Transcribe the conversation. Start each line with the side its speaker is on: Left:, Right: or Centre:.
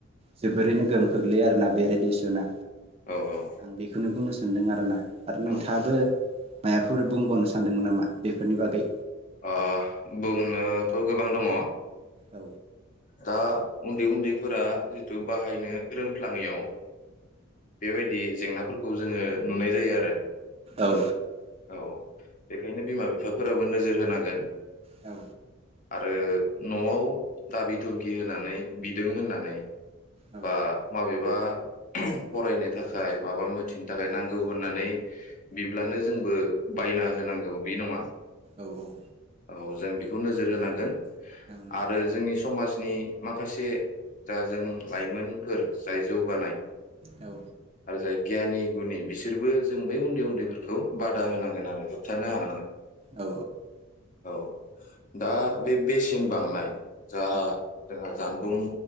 Right: जोबोरैनो गोहोम खोख्लै लैयो आरोना बे रेडिसना
Left: औ औ
Right: बेखौनो बुंनो सानदों आरो ना। आरो नोंथाङाबो
Left: औ
Right: मायाफोर बुंबावनो सानदोंमोन नामा बेफोरनि बागै
Left: ओ बुंनोथ गोबां दङ
Right: औ
Left: दा उन्दै उन्दैफोरा जितु बाहायनो रोंफ्लाङैयाव बेबायदि जेंनाफोरखौ जोङो नुनाय जायो आरो
Right: औ
Left: औ बेखायनो बिमा बिफाफोराबो नोजोर नोजोर होनांगोन
Right: औ
Left: आरो नआव दाबि दुमखि होनानै बिदों होननानै
Right: औ
Left: बा माबे माबा फरायनो थाखाय माबा मोनथिनो थाखाय नांगौ होननानै बिब्लानो जोंबो बायना होनांगौ बे नङा
Right: औ औ
Left: औ जों बेखौ नोजोर होनांगोन
Right: नंगौ
Left: आरो
Right: नोंथां
Left: जोंनि समाजनि माखासे जा जों लाइमोनफोर जाय जौगानाय
Right: औ
Left: आरो जाय गियानि गुनि बिसोरबो जों बै उन्दै उन्दैफोरखौ बादा होनांगोन आरो । होबथानो हानांगोन
Right: औ
Left: औ दा बे बेसेन बांनाय जा
Right: औ
Left: जोंहा जानबुं